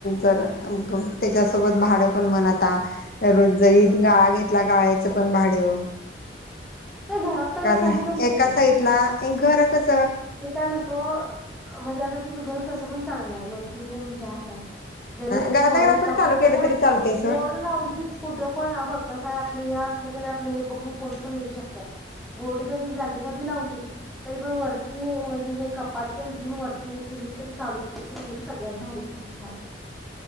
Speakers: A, on the left; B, in the centre.
A: जर त्याच्यासोबत भाड पण म्हण रोज जरी
B: हम्म.
A: गाळा घेतला गाळ्याचं पण भाड हॅलो
B: <inaudible> पहिला
A: कारण
B: चालू कर की
A: एका
B: तू
A: साइड ला, इंक घरातच
B: मी काय म्हणतो, म्हणजे असं तुझं घर कसं पण चांगलं हाय वरती रूम हे हाय जरी
A: घरातल्या
B: थोडे
A: घरात पण
B: कपाट
A: चालू केलं
B: कसाय
A: तरी चालतंय सोड
B: बोर्ड लावलीस कुठं पण बघ कसय आपलं हे असल कणी हे बघून कोण पण येऊ शकत बोर्ड जरी जागी जागी लावली तरी पण वर तु हणजे हे कपाट तेन घेऊन वरती हे केलीच तरी चालू मी तर म्हटल सगळ्यात भारी तु झालं